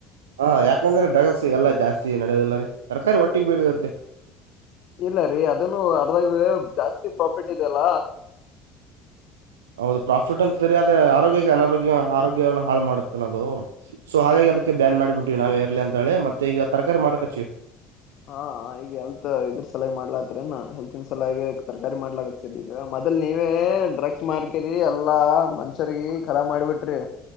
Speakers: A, on the right; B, on the left.
A: ಹ ಯಾಕಂದ್ರೆ ಡ್ರಗ್ಸ್ಲ್ಲಾ ಜಾಸ್ತಿ ನ ತರಕಾರಿ ಒಟ್ಟಿಗೆ ಬೇರೆತ್ತೆ
B: ಇಲ್ಲ ರೀ ಅದನ್ನು ಅರ್ಧಾಗ ಜಾಸ್ತಿ ಪ್ರಾಫಿಟ್ ಇದೆಲ್ಲ
A: ಹೌದು ಪ್ರಾಫಿಟ್ ಅಂತರಿ ಅದೇ ಆರೋಗ್ಯಕ್ಕೆ ಅನಾರೋಗ್ಯ ಆರೋಗ್ಯವನ್ನ ಹಾಳ ಮಾಡುತ್ತಲ್ಲ ಅದು ಸೊ ಹಾಗಾಗಿ ಅದಕ್ಕೆ ಬ್ಯಾನ್ ಮಾಡಿಬಿಡ್ವಿ ನಾವ್ ರ್ಲಿ ಅಂತ ಹೇಳಿ ಮತ್ತೆ ಈಗ ತರಕಾರಿ ಮಾರಕ್ ಹಚ್ಚವಿ
B: ಹಾ ಈಗ ಎಲ್ತ್ ಇದ್ರ ಸಲಾಗಿ ಮಾಡ್ಲಾತ್ರಿನಾ ಹೆಲ್ತ್ನ್ ಸಲಾಗಿ ತರ್ಕಾರಿ ಮಾಡ್ಲಕರಿ ಈಗ ಮೊದಲ್ ನೀವೇ ಡ್ರಗ್ಸ್ ಮಾಡ್ಕರಿ ಎಲ್ಲಾ ಮನ್ಷ್ಯರಿಗ ಖರಾ ಮಾಡ್ಬಿಟ್ರಿ